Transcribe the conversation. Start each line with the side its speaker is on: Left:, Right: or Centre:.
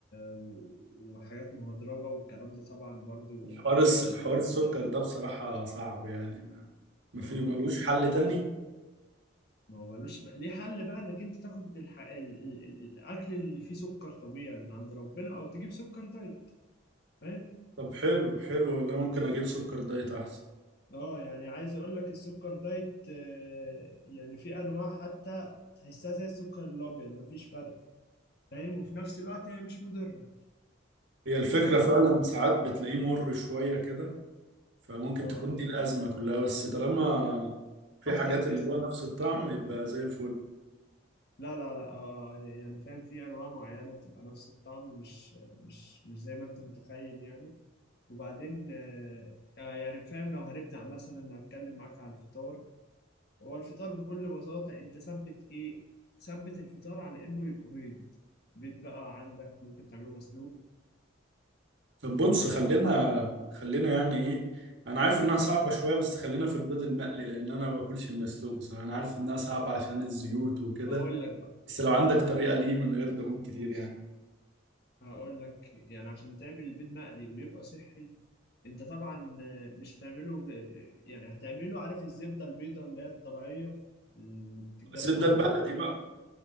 Left: و... وحاجات مهدرجة والكلام ده طبعا برضو
Right: حوار الس-
Left: مش
Right: حوار
Left: احسن
Right: السكر
Left: حاجة
Right: ده بصراحه صعب يعني ما ما
Left: اه
Right: فيه ملوش
Left: آه.
Right: حل تاني
Left: ما هو ملوش بقى ليه حل بقى انك انت تاخد الح... ال... ال... ال- الاكل اللي فيه سكر طبيعي من عند ربنا او تجيب سكر دايت فاهم
Right: طب حلو حلو والله ممكن اجيب سكر دايت احسن
Left: اه يعني عايز اقول لك السكر دايت آه، يعني في انواع حتى تحسها زي السكر الابيض مفيش فرق فاهم وفي نفس الوقت هي مش مضره
Right: هي الفكرة
Left: اه
Right: فعلا ساعات بتلاقيه مر شوية كده فممكن
Left: اه
Right: تكون دي الأزمة كلها بس طالما
Left: اه ده
Right: في
Left: افتر
Right: حاجات اللي
Left: تيست
Right: هو نفس الطعم يبقى زي الفل
Left: لا لا لا آه يعني فاهم في انواع معينه بتبقى نفس الطعم مش مش مش زي ما انت متخيل يعني وبعدين آه، آه، يعني فاهم لو هنبدأ مثلا هتكلم معاك على الفطار هو الفطار بكل بساطة انت ثبت ايه ثبت الفطار على انه يبقى بيض بيض بقى عندك ممكن تعمله مسلوق
Right: طب بص
Left: عندك
Right: خلينا
Left: ممكن
Right: خلينا يعني إيه أنا عارف إنها صعبة شوية بس خلينا في البيض المقلي لأن أنا ما باكلش المسلوق بصراحة أنا عارف إنها صعبة عشان الزيوت وكده
Left: اقول لك بقى
Right: بس لو عندك طريقة ليه من غير دهون كتير
Left: بص
Right: يعني
Left: هقول لك يعني عشان تعمل البيض مقلي ويبقى صحي انت طبعا آه، مش هتعمله ب... ب... يعني هتعمله عارف الزبدة البيضة اللي هي الطبيعية اللي بتتجمن
Right: الزبدة
Left: عند
Right: البلدي
Left: الفلاحين
Right: بقى